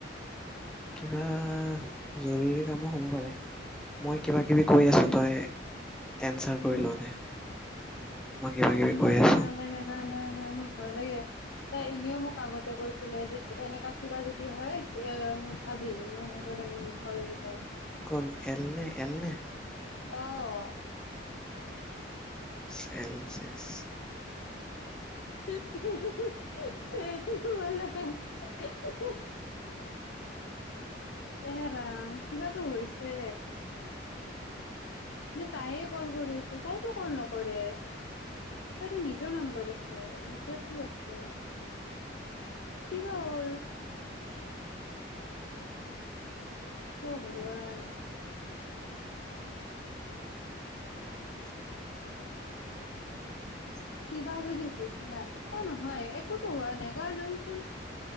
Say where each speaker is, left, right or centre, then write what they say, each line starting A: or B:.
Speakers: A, in the centre; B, on the left.
A: কিবা জৰুৰী কামো হ'ব পাৰে মই কিবা কিবি কৈ আছো তই এনচাৰ কৰি লওঁ দে মই কিবা কিবি
B: নাই
A: কৈ আছো
B: নালাগে নালাগে ন মোক ভয় লাগে তাই এনেও মোক আগতে কৈছিলে যে এনেকা কিবা যদি। হয়, নুঠাবি। অ হ'ব দে, মই নুথাও কেতিয়াও।
A: কোন এল নে, এলনে?
B: অহ
A: চেল চেছ
B: হু হু হু হু চেল বোলে হুহু এ, ৰাম কিবাটো হৈছে। নে, তাইয়েই কল কৰি আছে। তাইতো কল নকৰে। তইতো নিজৰ নাম্বাৰ আছে। ৰিচাৰ্যো আছে। কি বা হ'ল।
A: <inaudible>
B: হে' ভগৱান
A: ভাল ভালছো <unintelligible>
B: কিবা যদি হৈছে না। না নহয়, একোতো হোৱা নাই। কাৰণ আমিচুন